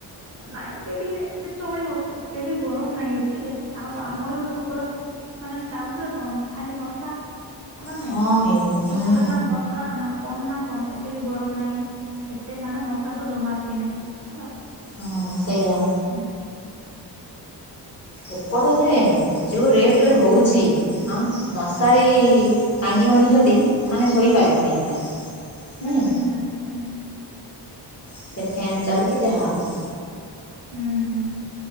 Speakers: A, on the right; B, on the left.
A: ନାଇଁ ଏବେ ଟିକେ ଏବେ ଚଳିବ ଏତେବି ଗରମ ନାଇଁ ଏଠି ଆଉ ଆମର ସେପଟେ ମାନେ ଟାଉନରେ କଣ ଖାଲି ମଶା ହନା ନାଇଁ
B: ହଁ ହେଇ ହୁଁ
A: ଏପଟେ ନା ମଶା ନା କଣନା କଣ ଏତେବି ଗରମ ନାଇଁ ଏତେ ମାନେ ମଶାତ ଜମାବି ନାଇଁ ହେଲା।
B: ହଁ ସେଇଆ।
A: ହୁଁ।
B: ଏପଟେଯେ ଯଉ ରେଟରେ ହଉଚି ହଁ ମଶାରୀ ଟାଙ୍ଗିବନି ଯଦି ମାନେ ଶୋଇପାରିବନି ଜଣେ।
A: ହୁଁ
B: ନାଇଁ।
A: ହୁଁ ହୁଁ ହୁଁ
B: ସେ ଫେନ୍ ଚାଲୁକି ଯାହା ହଉ।
A: ହୁଁ ହୁଁ।